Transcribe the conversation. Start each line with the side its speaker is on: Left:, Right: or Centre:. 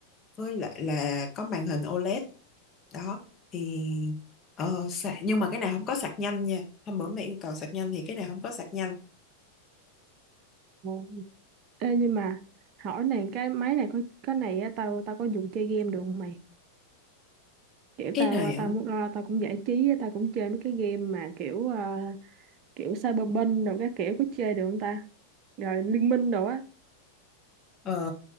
Left: với lại là có màn hình OLED đó thì ờ, sạc nhưng mà cái này không có sạc nhanh nha hôm bữa mày yêu cầu sạc nhanh thì cái này không có sạc nhanh
Right: Ừ. Ê, nhưng mà hỏi này cái máy này có cái này á, tao tao có dùng chơi game được không mày kiểu
Left: cái
Right: tao
Left: này
Right: à,
Left: á
Right: tao muốn lâu lâu tao cũng giải trí á, tao cũng chơi mấy cái game mà kiểu à, kiểu Cyberpunk rồi các kiểu có chơi được không ta rồi Liên Minh đồ á
Left: ờ,